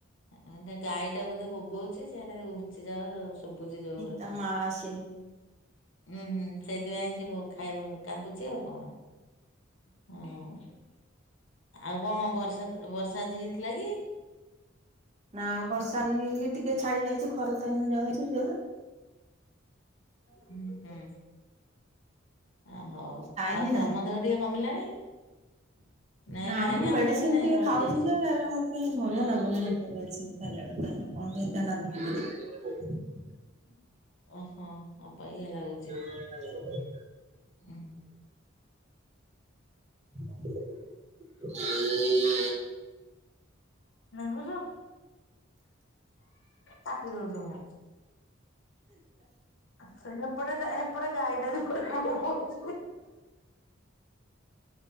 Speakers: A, on the left (about 70°); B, on the right (about 35°).
A: ହେଟା ଗାଈ ଟା ବୋଧେ ବୋବଉଚ ସିଆଡେ ଘୁଞ୍ଚି ଯାଅ ଶୁବୁଚି ଜୋରରେ।
B: ତା ମା ଆସିନି
A: ହୁଁ ହୁଁ ସେଇଥି ପାଇଁ ସେ ବୋ ଖାଇ କାନ୍ଦୁଚି ଆଉ କଣ। ହୁଁ। ଆଉ କଣ ବର୍ଷା ତ ବର୍ଷା ଆଜି ହେଇଥିଲା କି?
B: ନା ବର୍ଷା ହେଇ ହେଇ କି ଟିକେ ଛାଡି ଯାଇଚି ଖରା ତ ଏଇନା ଜୋରେ ଜୋରେ।
A: ହୁଁ ହୁଁ। ଅ ହୋଉ
B: ଲାଇନ
A: ଆଉ ତମ ଦେହ ଟିକେ କମିଲାଣି। ନାଇଁ
B: ନାମ
A: ଲାଇନ
B: ମେଡିସିନ
A: ଆମର ବି ନାହିଁ
B: ଟିକେ
A: କଟି
B: ଖାଉଚି
A: ଯାଇଛି
B: ଯେ ହେରା ମତେ କାଇଁ ଭଲ ଲାଗୁନି <unintelligible> ମେଡିସିନ। ଖାଇଲାଠୁ ଖାଇଲା କଣ କେମିତିଆ ଲାଗୁଚି <unintelligible>
A: <inaudible> ଓ ହଁ ଅବାଗିଆ ଲାଗୁଚି।
B: <inaudible>
A: ହୁଁ।
B: <unintelligible>
A: ନାଇ ମୁ ତ କାଟିଦଉଚି ମୁଁ। <unintelligible>